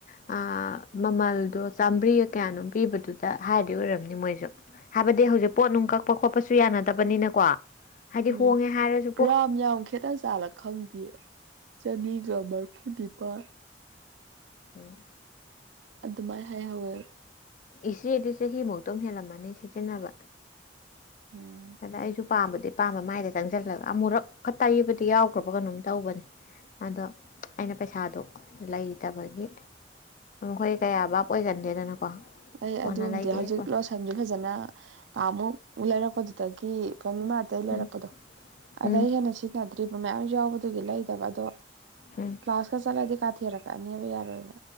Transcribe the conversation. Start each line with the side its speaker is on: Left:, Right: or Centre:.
Left: ꯑ ꯃꯃꯜꯗꯣ ꯆꯥꯝꯃꯔꯤꯒ ꯀꯌꯥꯅꯣꯝ ꯄꯤꯕꯗꯨꯗ ꯍꯥꯏꯔꯗꯤ ꯑꯣꯏꯔꯝꯅꯤ ꯃꯣꯏꯁꯨ ꯍꯥꯏꯕꯥꯗꯤ ꯍꯧꯖꯤꯛ ꯄꯣꯠꯅꯨꯡ ꯀꯛꯄ ꯈꯣꯠꯄꯁꯨ ꯌꯥꯕꯅꯤꯅꯀꯣ ꯍꯥꯏꯗꯤ
Right: ꯎꯝ
Left: ꯍꯣꯡꯉꯦ ꯍꯥꯏꯔ꯭ꯁꯨ
Right: ꯒ꯭ꯔꯥꯝ ꯌꯥꯝ ꯈꯦꯠꯇ ꯖꯠꯂꯥ ꯈꯪꯗꯦ ꯆꯅꯤꯒ ꯃꯔꯐꯨ ꯅꯤꯄꯥꯥꯟ
Left: ꯎꯝ
Right: ꯑꯗꯨꯃꯥꯏ ꯍꯥꯏꯍꯧꯋꯦꯕꯥ
Left: ꯏꯆꯦꯗꯤ ꯆꯍꯤꯃꯨꯛꯇꯣ ꯍꯦꯜꯂꯝꯃꯅꯤ ꯁꯤꯖꯤꯟꯅꯕ
Right: ꯎꯝ
Left: ꯑꯗ ꯑꯩꯁꯨ ꯄꯥꯝꯕꯗꯤ ꯄꯥꯝꯕ ꯃꯥꯏꯗ ꯆꯪꯁꯤꯜꯂꯒ ꯑꯃꯨꯔꯛꯀꯥ ꯇꯧꯕꯥ ꯌꯕꯗꯤ ꯌꯥꯎꯈ꯭ꯔꯕ ꯀꯩꯅꯣꯝ ꯇꯧꯕꯅꯦ ꯑꯗꯣ ꯑꯩꯅ ꯄꯩꯁꯥꯗꯨ ꯂꯩꯇꯕꯒꯤ ꯈꯣꯏ ꯀꯌꯥ ꯕꯥꯞ ꯑꯣꯏꯒꯟꯗꯦꯗꯅꯀꯣ
Right: ꯑꯩ
Left: ꯀꯣꯟꯅ
Right: ꯑꯗꯨꯝꯗꯤ
Left: ꯂꯩꯒꯦ
Right: ꯍꯧꯖꯤꯛ
Left: ꯀꯣꯟ
Right: ꯂꯣꯁꯟꯁ ꯐꯖꯅꯃꯨꯛ ꯂꯩꯔꯛꯄꯗꯨꯗꯒꯤ ꯐꯦꯃꯤꯂꯤ ꯃꯥꯔꯠꯇꯒꯤ ꯂꯩꯔꯛꯄꯗꯣ
Left: ꯎꯝ ꯎꯝ
Right: ꯑꯗꯩ ꯍꯦꯟꯅ ꯁꯤꯖꯤꯟꯅꯗ꯭ꯔꯤꯕ ꯃꯌꯥꯝ ꯌꯥꯎꯕꯗꯨꯒꯤ ꯂꯩꯗꯕ ꯑꯗꯣ
Left: ꯎꯝ
Right: ꯀ꯭ꯂꯥꯁꯀꯥ ꯆꯂꯥꯏꯗꯤ ꯀꯥꯊꯦꯔꯀꯥꯅꯤꯕ ꯌꯥꯔꯣꯏꯕꯥ